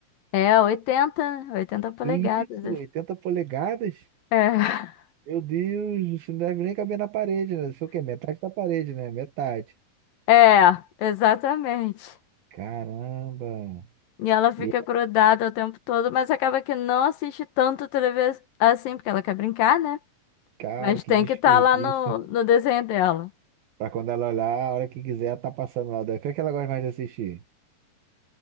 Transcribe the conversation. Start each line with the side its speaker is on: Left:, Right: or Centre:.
Left: É, 80, né? 80 polegadas.
Right: Que isso, 80 polegadas?
Left: É,
Right: Meu Deus, isso não deve nem caber na parede, né? Isso foi o quê? Metade da parede, né? Metade.
Left: <laughs> é, exatamente.
Right: Caramba!
Left: E ela fica
Right: E,
Left: grudada o tempo todo, mas acaba que não assiste tanto televisão assim, porque ela quer brincar, né?
Right: cara,
Left: Mas
Right: que
Left: tem
Right: desperdício.
Left: que estar lá no, no desenho dela.
Right: <laughs> Pra quando ela olhar, a hora que quiser, tá passando lá. O que é que ela gosta mais de assistir?